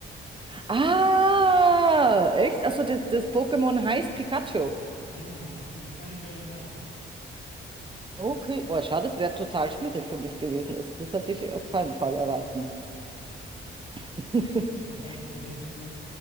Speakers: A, on the right; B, on the left.
A: Ah, echt? Also das, das Pokémon heißt Pikachu.
B: Genau, dieses, diese kleine gelbe Maus.
A: Okay, boah, schade, das wäre total schwierig für mich gewesen. Also das hätte ich auf keinen Fall erraten. <laughs>
B: Ja, also okay, das ist jetzt so.